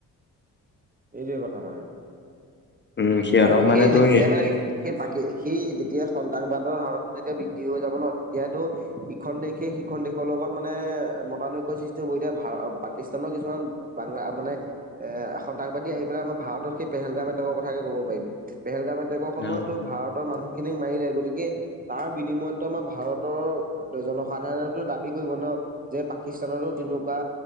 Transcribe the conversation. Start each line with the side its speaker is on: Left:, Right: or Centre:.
Right: এইটোৱে কথা মানে।
Left: উম সিহঁতক
Right: আৰু
Left: মানে
Right: সেই
Left: তোৰ
Right: যেতিয়াই মানে, সেই পাকী সেই যেতিয়াই সন্ত্ৰাসবাদী ধাৰনাটো যেতিয়া বৃদ্ধি হৈ যাব ন, তেতিয়াটো ইখন দেশে সিখন দেশৰ লগত মানে মতানুক <unintelligible> এতিয়া পাকিস্তানৰ কিছুমান বাংলা মানে এ সন্তাসবাদী আহিলাই আমাৰ ভাৰত সেই পেলগাম এটকৰ কথা কে ক'ব পাৰি। পেলগাম এটেকৰ সময়ত
Left: অ
Right: ভাৰতৰ মানুহ খিনিক মাৰিলে, গতিকে তাৰ বিনিময়তটো আমাৰ ভাৰতৰ জনসাধাৰণো দাবী কৰিব ন যে পাকিস্তানতো তেনেকুৱা